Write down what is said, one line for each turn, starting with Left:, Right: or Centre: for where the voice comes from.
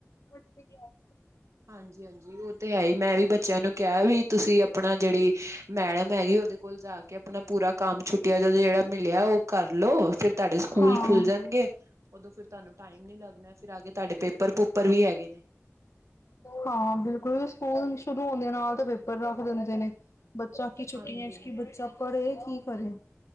Left: ਓੱਥੇ ਗੇਆ।
Right: ਹਾਂਜੀ -ਹਾਂਜੀ ਓ ਤੇ ਹੈ ਈ ਮੈਂ ਵੀ ਬੱਚੇਆਂ ਨੂੰ ਕੇਆ ਵੀ ਤੁਸੀਂ ਆਪਣਾ ਜੇੜੇ ਮੈਡਮ ਹੈਗੇ ਓਦੇ ਕੋਲ ਜਾ ਕੇ ਆਪਣਾ ਪੂਰਾ ਕੰਮ ਛੁੱਟਿਆ ਦਾ ਜੇੜਾ ਮਿਲੇਆ ਓ ਕਰਲੋ ਫਿਰ ਤੁਆਡੇ ਸਕੂਲ
Left: ਹਾਂ ਹਾਂ
Right: ਖੁੱਲ ਜਾਣਗੇ। ਉਦੋਂ ਫਿਰ ਤੁਆਨੂੰ ਟਾਈਮ ਨੀ ਲੱਗਣਾ ਫਿਰ ਆਗੇ ਤਾਡੇ ਪੇਪਰ -ਪੂਪਰ ਵੀ ਹੈਗੇ ਨੇ।
Left: ਹਾਂ ਬਿਲਕੁਲ ਸਕੂਲ ਸ਼ੁਰੂ ਹੁੰਦੇ ਨਾਲ ਤਾਂ ਪੇਪਰ ਰੱਖ ਦਿੰਦੇ ਨੇ ਬੱਚਾ ਕਿ ਛੁੱਟੀਆਂ
Right: ਹਾਂਜੀ
Left: ਚ ਕਿ ਬੱਚਾ ਪੜ੍ਹੇ ਕੀ ਕਰੇ।